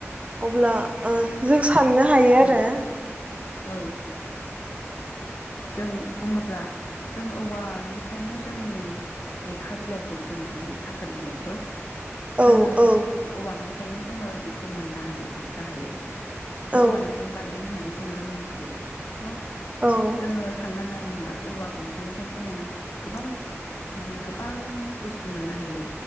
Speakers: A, on the right (about 25°); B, on the left (about 60°).
A: अब्ला ओ जों साननो हायो आरो
B: ओं औ जों बुङोब्ला जों औवानिफ्रायनो जोंनि लेखा बिलाइखौबो जों मोननो हायो खाखोर बिलाइखौ
A: औ
B: जोङो
A: औ
B: औवानिफ्रायनो ज जोङो बेखौ मोननो हायो गाहायै
A: औ
B: औवानिफ्रायनो बानायो होननानै जोङो मिथियो थ'
A: औ
B: जोङो सानना नाय होनब्ला औवा गंसेनिफ्राय जोङो गोबां माने गोबां बुस्थु मोननो हायो